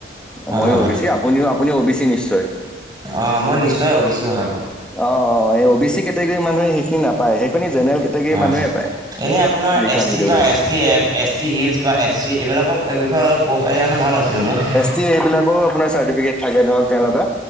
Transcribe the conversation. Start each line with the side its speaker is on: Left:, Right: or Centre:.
Right: হয়
Centre: মইয়ো
Right: হয়
Centre: অও বি চি আপুনিও আপুনিও অও বি চি নিশ্চয়।
Right: অহ মই নিশ্চয় অ বি চি হয় হয়
Centre: অহ অহ এই অও বি চি কেটেগৰী মানুহে সেইখিনি নাপায় সেইখনি জেনেৰেল। কেটেগৰীৰ
Right: অহ
Centre: মানুহে পায়
Right: এনেই আপোনাৰ
Centre: যিখন
Right: এছ
Centre: ই
Right: টি
Centre: ডব্লিউ
Right: বা এছ টি এ এছ টি হিলছ বা এছ চি এইবিলাকৰ বিষয়ে অলপ ক'ব পাৰিলে কাৰণে ভাল আছিলে মোক।
Centre: যে এই বিলাকৰ আপোনাৰ চাৰ্টিফিকেট থাকে ধৰক তেনেকুৱা